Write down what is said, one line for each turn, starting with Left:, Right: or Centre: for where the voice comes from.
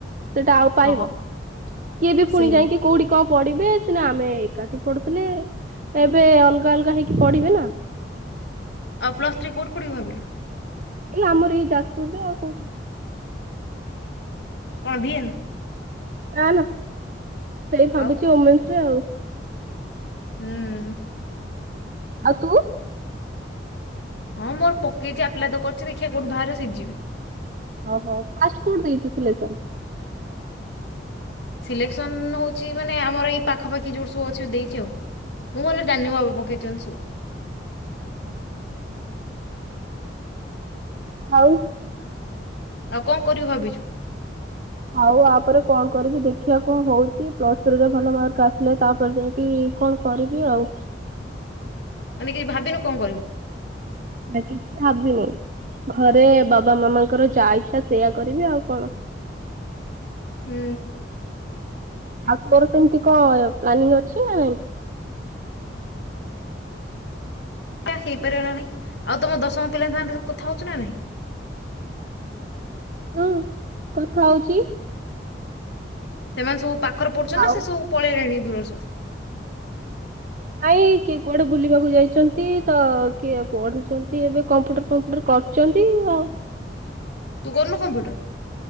Right: ସେଟା ଆଉ ପାଇବ।
Left: ହଁ
Right: କିଏବି ଫୁଣି
Left: ସେଇ
Right: ଯାଇକି କୋଉଠି କଣ ପଢିବେ ସିନା ଆମେ ଏକାଠି ପଢୁଥିଲେ ଏବେ ଅଲଗା ଅଲଗା ହେଇକି ପଢିବେ ନା।
Left: ଆଉ ପ୍ଲସ୍ ଥ୍ରୀ କୋଉଠି ପଢିବ ଭାବିଲୁ?
Right: ଏ ଆମର ଏଇ ଯାଜପୁରରେ ଆଉ କୋଉଠି?
Left: କଣ ଭିଏନ୍?
Right: ନା ନା। ସେଇ ଭାବୁଛି
Left: ଆଉ
Right: ଓମେନ୍ସ ରେ ଆଉ।
Left: ହୁଁ।
Right: ଆଉ ତୁ?
Left: ହଁ ମୋର ପକେଇଛି ଆପ୍ଲାଏ ତ କରିଛି ଦେଖିବା କୋଉଠି ବାହାରେ ସେଇତଯିବି।
Right: ଓହୋ ଫାଷ୍ଟ କୋଉଠି ଦେଇଛି ସିଲେକ୍ସନ?
Left: ସିଲେକ୍ସନ ହଉଛି ମାନେ ଆମର ଏଇ ପାଖାପାଖି ଯୋଉର ସବୁ ଅଛି ଦେଇଛି ଆଉ ମୁଁ ଗଲେ ଡାନୁ ବାବା ପକେଇଛନ୍ତି ସବୁ
Right: ଆଚ୍ଛା ହଉ
Left: ଆଉ କଣ କରିବୁ ଭାବିଛୁ?
Right: ଆଉ ଆପରେ କଣ କରିବି ଦେଖିବା କଣ ହଉଛି ପ୍ଲସ ଥ୍ରୀରେ ଭଲ ମାର୍କ ଆସିଲେ ତାପରେ ଯାଇକି କଣ କରିବି ଆଉ
Left: ମାନେ କିଛି ଭାବିନୁ କଣ କରିବୁ?
Right: କିଛି ଭାବିନି ଘରେ ବାବା ମାମାଙ୍କର ଯାହା ଇଛା ସେଇଆ କରିବି ଆଉ କଣ
Left: ହୁଁ।
Right: ଆଉ ତୋର ସେମତି କଣ ପ୍ଲାନିଂ ଅଛି ନା ନାଇଁ?
Left: ହେଇପାରିବ ନା ନାଇଁ ଆଉ ତମ ଦଶମ ପିଲାଙ୍କ କଥା ହଉଛ ନା ନାଇଁ
Right: ହୁଁ କଥା ହଉଛି
Left: ସେମାନେ ସବୁ ପାଖ ପାଖରେ ପଡୁଚ ନା
Right: ଆଉ
Left: ସେ ସବୁ ପଳେଇଲେଣି ଦୂରସ
Right: ନାଇ କି କୁଆଡେ ବୁଲିବାକୁ ଯାଇଛନ୍ତି ତ ପଢୁଛନ୍ତି ଏବେ କମ୍ପ୍ୟୁଟର ଫମ୍ପୁଟର ଛନ୍ତି ଆଉ।
Left: ତୁ କରୁନୁ କମ୍ପ୍ୟୁଟର?